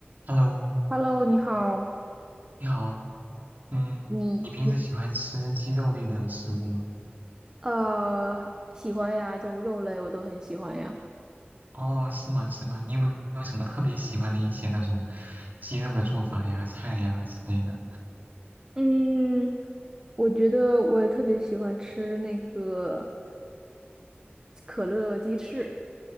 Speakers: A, on the right (about 45°); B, on the right (about 20°).
A: Hello，
B: Hello，你好。
A: 你好，嗯，
B: 你
A: 你平时喜欢吃鸡肉类的食物吗？
B: 呃，喜欢呀，就肉类我都很喜欢呀。
A: 哦，是吗？是吗？你有没有什么特别喜欢的一些那种鸡肉的做法呀、菜呀之类的？
B: 嗯，我觉得我特别喜欢吃那个可乐鸡翅，